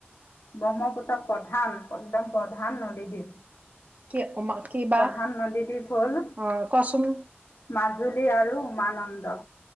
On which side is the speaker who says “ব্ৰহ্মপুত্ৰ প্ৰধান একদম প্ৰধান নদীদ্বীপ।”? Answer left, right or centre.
Left